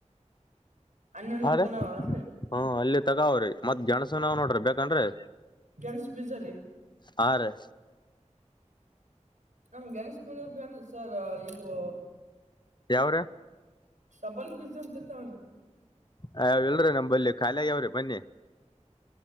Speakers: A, on the right; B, on the left.
A: ಅಣ್ಣನೂ ನೋಡರ್ತನಾವನ್ರಿ.
B: ರೀ ಹಾ ಅಲ್ಲಿ ತಗಾವ್ರಿ ಮತ್ ಗೆಣಸ ನಾವ್ ನೋಡ್ರಿ ಬೇಕನರಿ.
A: ಗೆಣಸ್ ಬೀಜ
B: ಹಾರಿ
A: ನಮ್ಗೆ ಗೆಣಸ ಬೆಳಿಯೋರ್ ಬೇಡ ಸರ್ ಇವು....
B: ಯಾವ್ರ
A: ಸಬಲ್ ಬಿಜ ಅಂತ ಇರತಾವ್ ಅಲ್ಲ ರಿ
B: ಹಾ ಇಲ್ರಿ ನಂಬಲ್ಲಿ ಖಾಲಾಗಿ ಅವ್ರಿ ಮನ್ನೆ